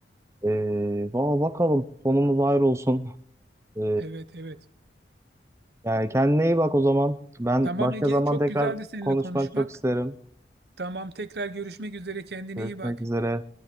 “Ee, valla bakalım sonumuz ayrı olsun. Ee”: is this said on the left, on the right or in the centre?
Right